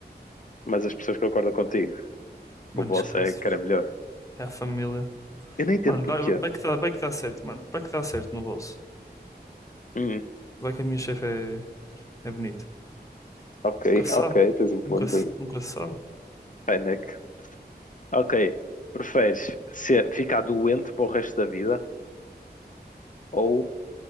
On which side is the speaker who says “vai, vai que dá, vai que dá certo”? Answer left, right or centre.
Left